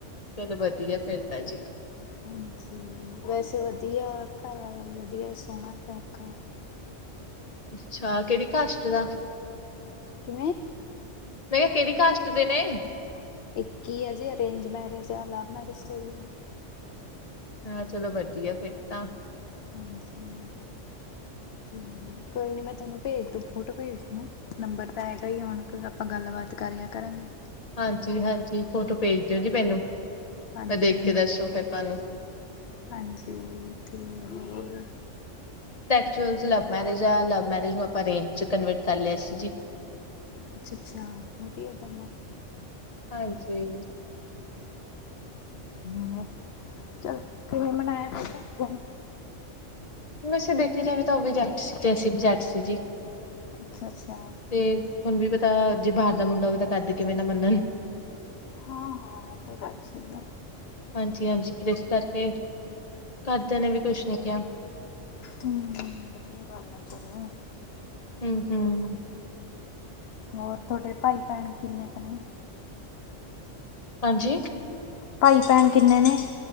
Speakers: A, on the left; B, on the left.
A: ਚਲੋ ਵਧੀਆ ਫੇਿਰ ਤਾਂ ਜੀ
B: ਹਾਂਜੀ ਵੈਸੇ ਵਧੀਆ ਘਰਾ ਵਧੀਆ ਸੋਹਣਾ ਸਕਾ
A: ਅੱਛਾ ਕਿਹੜੀ ਕਾਸ਼ਟ ਦਾ
B: ਕਿਵੇਂ
A: ਮ ਕਿਹਾ ਕਿੜ ਕਾਸਟ ਦੇ ਨੇ
B: ਇੱਕ ਹੀ ਆ ਜੀ ਅਰੇਂਜ ਮੈਰਿਜ ਆ ਲਵ ਮੈਰਿਜ ਥੋੜ੍ਹੀ ਆ
A: ਹਾਂ ਚਲੋ ਵਧੀਆ ਫਿਰ ਤਾਂ
B: ਹਾਂਜੀ ਤੇ ਕੋਈ ਨੀ ਮੈਂ ਤੁਹਾਨੂੰ ਭੇਜ ਦ ਫੋਟੋ ਭੇਜ ਦੂੰ ਨੰਬਰ ਤਾਂ ਹੈਗਾ ਹੀ ਹੁਣ ਆਪਾਂ ਗੱਲਬਾਤ ਕਰਿਆ ਕਰਾਂਗੇ
A: ਹਾਂਜੀ ਹਾਂਜੀ ਫੋਟੋ ਭੇਜ ਦਿਓ ਜੀ ਮੈਨੂੰ
B: ਹਾਂਜੀ
A: ਦੇਖ ਕੇ ਦੱਸੋ ਫਿਰ ਤੁਹਾਨੂੰ
B: ਹਾਂਜੀ ਅਤੇ ਹੋਰ
A: ਵ ਮੈਿਜ ਲਵ ਮੈਿਜ ਨੂੰ ਆਪਾਂ ਅਂਜ ਕਨਰਟ ਕਰ ਲਿਆ ਸੀ ਜ
B: ਅੱਛਾ ਅੱਛਾ ਵਧੀਆ ਫ
A: ਹਾਂਜੀ
B: ਮ ਚੱਲ ਕਿਵੇਂ ਮਨਾਇਆ ਹੋ ਘ ਦਿਨ
A: ਵੈਸੇ ਦੇਖਿਆ ਜਾਵੇ ਤਾਂ ਉਹ ਵੀ ਜੱਟ ਸੀ ਤੇ ਅਸੀ ਵੀ ਜੱਟ ਸੀ ਜੀ
B: ਅੱਛਾ ਅੱਛਾ
A: ਤੇ ਤੁਹਾਨੂੰ ਵੀ ਪਤਾ ਜੇ ਬਾਹਰ ਦਾ ਮੁੰਡਾ ਹੋਵੇ ਤਾਂ ਕਰਦੇ ਕਿਵੇਂ ਨਾ ਮੰਨਣ
B: ਹਾਂ ਹਾਂ ਉਹ ਤਾਂ ਗੱਲ ਸਹੀ ਆ
A: ਹਾਂਜੀ ਹਾਂਜੀ ਫ ਇਸ ਕਰਕੇ ਘਰਦਿਆਂ ਨੇ ਵੀ ਕੁਛ ਨੀ ਕਿਹਾ
B: ਹ ਵਧੀਆ ਗੱਲ ਆ ਚਲੋ
A: ਹਮ ਹਮ
B: ਹੋਰ ਤੁਹਾਡੇ ਭਾਈ ਭੈਣ ਕਿੰਨੇ ਕੁ ਨੇ
A: ਹਾਂਜੀ
B: ਭਾਈ ਭੈਣ ਕਿੰਨੇ ਨੇ